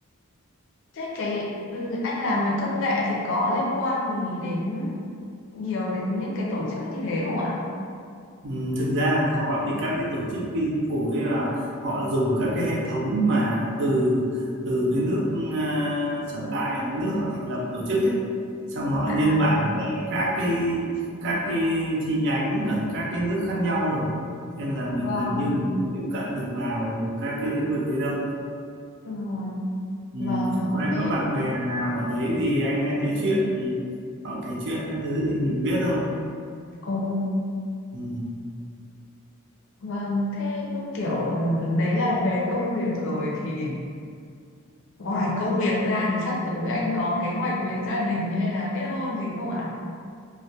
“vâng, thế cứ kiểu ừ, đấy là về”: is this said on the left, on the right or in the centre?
Left